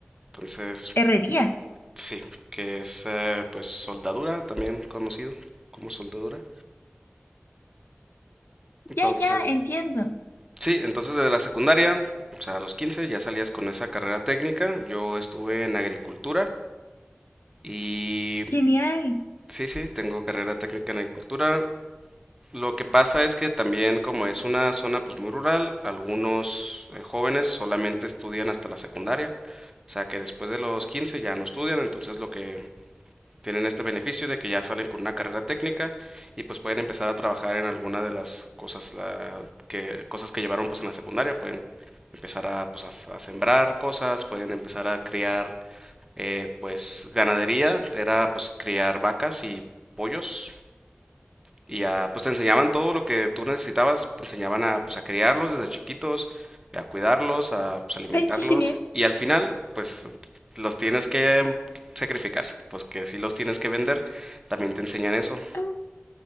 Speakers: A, on the right; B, on the left.
A: Entonces,
B: Herrería.
A: sí, que es eh, pues soldadura, también conocido como soldadura. Entonces,
B: Ya, ya, entiendo.
A: sí, entonces desde la secundaria, o sea, a los 15 ya salías con esa carrera técnica. Yo estuve en agricultura y
B: Genial.
A: sí, sí, tengo carrera técnica en agricultura. Lo que pasa es que también como es una zona pues muy rural, algunos eh, jóvenes solamente estudian hasta la secundaria, o sea que después de los 15 ya no estudian, entonces lo que tienen este beneficio de que ya salen con una carrera técnica y pues pueden empezar a trabajar en alguna de las cosas la- que cosas que llevaron pues en la secundaria, pueden empezar a pues a, s- a sembrar cosas, pueden empezar a criar eh, pues ganadería, era pues criar vacas y pollos y ya, pues te enseñaban todo lo que tú necesitabas, te enseñaban a, pues, a criarlos desde chiquitos, a cuidarlos, a, pues, alimentarlos,
B: Ay, qué genial.
A: y al final, pues, los tienes que sacrificar, pues que si los tienes que vender, también te enseñan eso,
B: Ah,